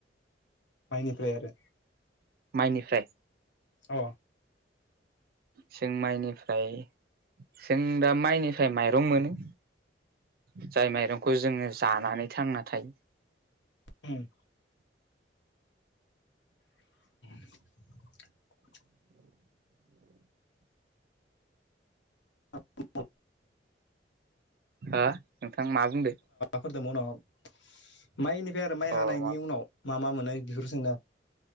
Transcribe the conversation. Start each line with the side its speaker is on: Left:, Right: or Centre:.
Left: मायनिफ्राय आरो
Right: माइनिफ्राय
Left: अ।
Right: जों माइनिफ्राय जों दा माइनिफ्राय माइरं मोनो। जाय माइरंखौ जोङो जानानै थांना थायो।
Left: उम। <inaudible> <unintelligible>
Right: हो नोंथां मा बुंदो।
Left: <unintelligible> माइनिफ्राय आरो माइ
Right: अ
Left: हानायनि
Right: मा
Left: उनाव मा मा मोनो बेफोरखो सोंदो आं।